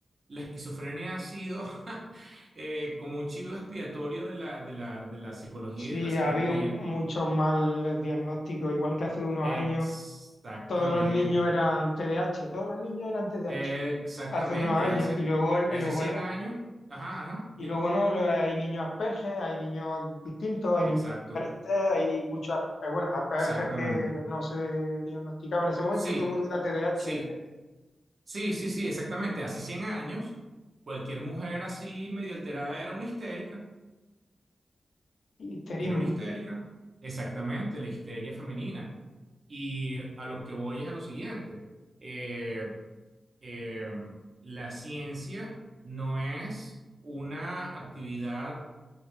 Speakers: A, on the right; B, on the left.
A: la esquizofrenia ha sido <laughs> eh, como un chivo expiatorio de la, de la, de la psicología
B: Sí,
A: y de la psiquiatría.
B: ha habido muchos mal diagnósticos, igual que hace unos
A: Exactamente,
B: años, todos los niños eran TDAH, todos los niños eran TDAH,
A: exactamente,
B: hace unos años,
A: hace,
B: y luego, y
A: y hace
B: luego
A: 100
B: no.
A: años, ajá, ajá,
B: Y
A: dime,
B: luego no, lo- hay niños asperges, hay niños distintos, hay
A: exacto,
B: niños diferentes, hay muchos, as- bueno, las asperges
A: exactamente,
B: que no se diagnosticaban en ese momento,
A: sí,
B: todo el mundo era TDAH
A: sí,
B: de repente.
A: sí, sí, sí, exactamente, hace 100 años, cualquier mujer así medio alterada era una histérica.
B: Histerismo,
A: Era una histérica, exactamente, la histeria femenina. Y a lo que voy es a lo siguiente. Eh, eh, la ciencia no es una actividad